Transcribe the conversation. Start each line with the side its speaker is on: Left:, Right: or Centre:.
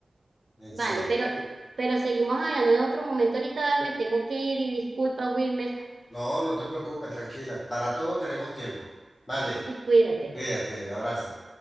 Left: En
Right: Vale,
Left: serio.
Right: pero, pero seguimos hablando en otro momento. Ahorita me tengo que ir y disculpa, Wilmer.
Left: No, no te preocupes, tranquila. Para todo tenemos tiempo. Vale,
Right: <laughs> Cuídate.
Left: cuídate, abrazo.